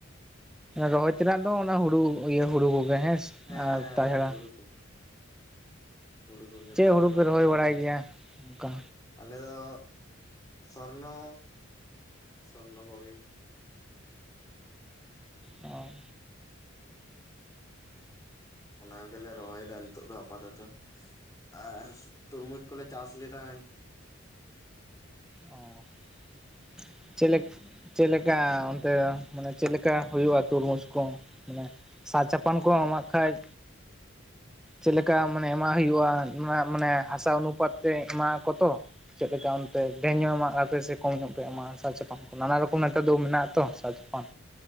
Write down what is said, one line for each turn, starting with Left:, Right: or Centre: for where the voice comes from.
Centre: ᱨᱚᱦᱚᱭ ᱛᱮᱱᱟᱜ ᱫᱚ ᱚᱱᱟ ᱦᱩᱲᱩ ᱤᱭᱟᱹ ᱦᱩᱲᱩ ᱠᱚᱜᱮ ᱦᱮᱸᱥᱮ
Left: ᱦᱮᱸ
Centre: ᱟᱨ ᱛᱟᱪᱷᱟᱲᱟ
Left: <unintelligible> ᱦᱩᱲᱩ ᱠᱚᱜᱮ
Centre: ᱪᱮᱫ
Left: ᱛᱟᱪᱷᱟᱲᱟ
Centre: ᱦᱩᱲᱩ ᱯᱮ
Left: ᱫᱚ
Centre: ᱨᱚᱦᱚᱭ ᱵᱟᱲᱟᱭ ᱜᱮᱭᱟ
Left: <inaudible>
Centre: ᱚᱱᱠᱟ
Left: ᱟᱞᱮ ᱫᱚ ᱥᱚᱨᱱᱚ ᱥᱚᱨᱱᱚ ᱠᱚᱜᱮ
Centre: ᱚ
Left: ᱚᱱᱟ ᱠᱚᱜᱮᱞᱮ ᱨᱚᱦᱚᱭᱮᱫᱟ ᱱᱤᱛᱚᱜ ᱫᱚ ᱟᱯᱟᱛᱚᱛᱚ ᱟᱨ ᱛᱩᱨᱢᱩᱡᱽ ᱠᱚᱞᱮ ᱪᱟᱥ ᱞᱮᱫᱟ
Centre: ᱚ <unintelligible> ᱪᱮᱫ ᱞᱮᱠᱟ ᱚᱱᱛᱮ ᱢᱟᱱᱮ ᱪᱮᱫ ᱞᱮᱠᱟ ᱦᱩᱭᱩᱜᱼᱟ ᱛᱩᱨᱢᱩᱡᱽ ᱠᱚ ᱢᱟᱱᱮ ᱥᱟᱨ ᱪᱟᱯᱟᱱ ᱠᱚ ᱮᱢᱟᱜ ᱠᱷᱟᱱᱡ
Left: <inaudible>
Centre: ᱪᱮᱫ ᱞᱮᱠᱟ ᱢᱟᱱᱮ ᱮᱢᱟᱜ ᱦᱩᱭᱩᱜᱼᱟ ᱚᱱᱟ ᱢᱟᱱᱮ ᱦᱟᱥᱟ ᱚᱱᱩᱯᱟᱛ ᱛᱮ ᱮᱢᱟᱜ ᱠᱚ ᱛᱚ ᱪᱮᱜ ᱞᱮᱠᱟ ᱚᱱᱛᱮ ᱰᱷᱮᱨ ᱧᱚᱜ ᱮᱢᱟᱜ ᱟᱯᱮ ᱥᱮ ᱠᱚᱢ ᱧᱚᱜ ᱯᱮ ᱮᱢᱟ ᱥᱟᱨ ᱪᱟᱯᱟᱱ ᱠᱚ ᱱᱟᱱᱟ ᱨᱚᱠᱚᱢ ᱱᱮᱛᱟᱨ ᱫᱚ ᱢᱮᱱᱟᱜ ᱛᱚ ᱥᱟᱨ ᱪᱟᱯᱟᱱ